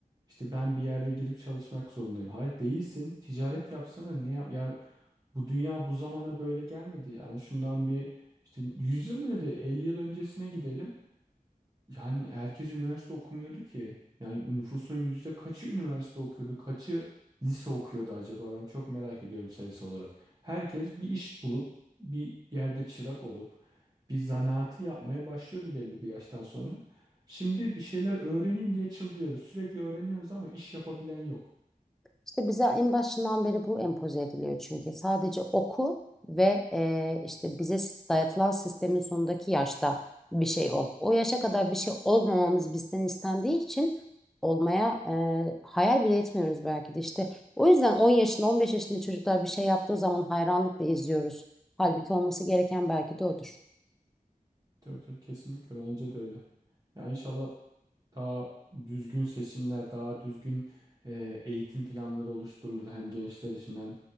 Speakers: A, on the right; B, in the centre.
A: İşte ben bir yerde girip çalışmak zorundayım. Hayır değilsin. Ticaret yapsana. Niye yap? Ya bu dünya bu zamana böyle gelmedi. Yani şundan bir işte 100 yıl bile de 50 yıl öncesine gidelim. Yani herkes üniversite okumuyordu ki. Yani nüfusun yüzde kaçı üniversite okuyordu, kaçı lise okuyordu acaba? Ben çok merak ediyorum sayısı olarak. Herkes bir iş bulup, bir yerde çırak olup, bir zanaatı yapmaya başlıyordu belli bir yaştan sonra. Şimdi bir şeyler öğreneyim diye çıldırıyoruz. Sürekli öğreniyoruz ama iş yapabilen yok.
B: İşte bize en başından beri bu empoze ediliyor çünkü. Sadece oku ve e, işte bize dayatılan sistemin sonundaki yaşta bir şey ol. O yaşa kadar bir şey olmamamız bizden istendiği için olmaya e, hayal bile etmiyoruz belki de işte. O yüzden 10 yaşında 15 yaşında çocuklar bir şey yaptığı zaman hayranlıkla izliyoruz. Halbuki olması gereken belki de odur.
A: Tabii tabii kesinlikle bence de öyle. Ya inşallah daha düzgün seçimler, daha düzgün e, eğitim planları oluşturulur hem gençler için hem